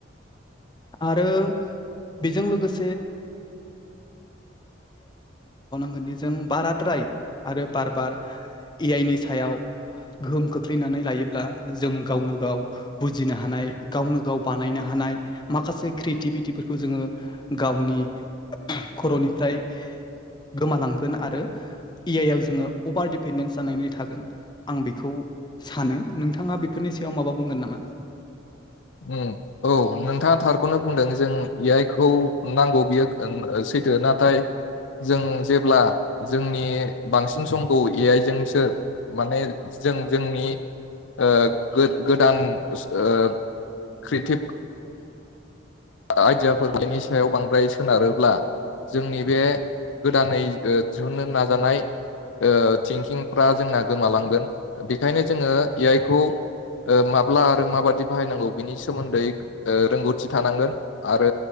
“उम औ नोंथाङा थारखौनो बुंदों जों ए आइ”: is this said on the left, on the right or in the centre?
Left